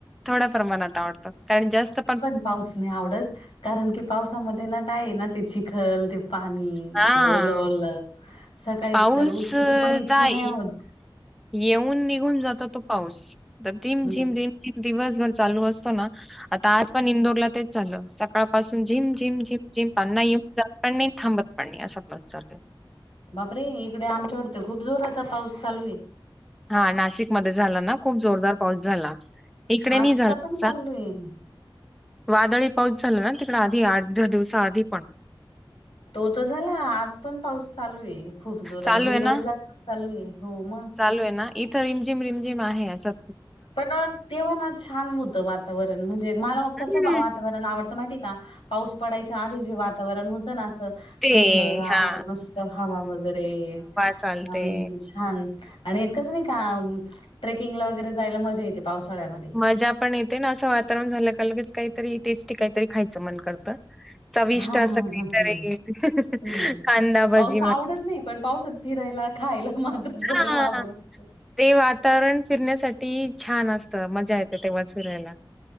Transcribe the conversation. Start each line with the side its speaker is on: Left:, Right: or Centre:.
Centre: थोड्या प्रमाणात आवडतो कारण जास्त पण.
Left: पाऊस नाही आवडत कारण की पावसामध्ये ना काय आहे ना ते चीखल ते. पाणी
Centre: हा
Left: ते ओलं ओलं सकाळी
Centre: पाऊस
Left: तर उठायची पण इच्छा
Centre: जाई
Left: नाही होत.
Centre: येऊन निघून जातो तो पाऊस तर रिम
Left: हम्म.
Centre: झिम रिम झिम दिवसभर चालू असतो ना. आता आज पण इंदोरला तेच झालं सकाळपासून झिम झिम झिम झिम त्यांना येऊन जात पण नाही. थांबत पण नाई असा पाऊस चालू आये.
Left: बाप रे इकडे आमच्याकडे तर खूप जोरात पाऊस चालू आहे.
Centre: हा नाशिक मध्ये झाला ना खूप जोरदार पाऊस झाला इकडे नाही
Left: आत्ता
Centre: झाला
Left: पण
Centre: तसा.
Left: चालू आहे
Centre: वादळी पाऊस झाला ना तिकडे आधी आठ दहा दिवसा आधी पण.
Left: तो तर झाला आज पण पाऊस चालू आहे खूप जोरात
Centre: चालू
Left: दिंडोळीला
Centre: आहे ना,
Left: पण चालू आहे हो मग.
Centre: चालू आहे ना इथं रिमझिम रिमझिम आहे असं.
Left: पण तेव्हा ना छान होतं वातावरण म्हणजे मला कसं
Centre: हम्म.
Left: वातावरण. वातावरण आवडत माहिती का पाऊस पडायच्या आधी जे वातावरण होतं ना असं.
Centre: ते
Left: थंडगार
Centre: हां.
Left: मस्त हवा वगैरे.
Centre: चालतंय.
Left: आणि छान आणि कसं नाही का ट्रेकिंगला वगैरे जायला मजा येते पावसाळ्यामध्ये.
Centre: मजा पण येते आणि असं वातावरण झालं का लगेच काहीतरी टेस्टी काहीतरी खायचं मन करतं. चविष्ट
Left: हां,
Centre: असं
Left: हां,
Centre: काहीतरी
Left: हां. हं. हं.
Centre: कांदाभजी
Left: पाऊस
Centre: मना.
Left: आवडत नाही, पण पाऊसात फिरायला खायला मात्र. सगळं
Centre: हा.
Left: आवडतं.
Centre: ते वातावरण फिरण्यासाठी छान असतं मजा येते तेव्हाच फिरायला.